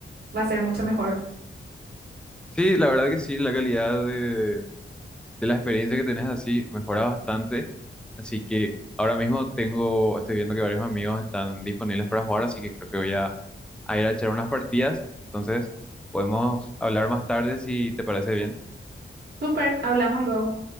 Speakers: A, on the right (about 55°); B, in the centre.
A: va a ser mucho mejor.
B: Sí, la verdad que sí, la calidad de, de la experiencia que tenés así mejora bastante, así que ahora mismo tengo, estoy viendo que varios amigos están disponibles para jugar, así que creo que voy a a ir a echar unas partidas. Entonces, podemos hablar más tarde si te parece bien.
A: Súper, hablamos luego.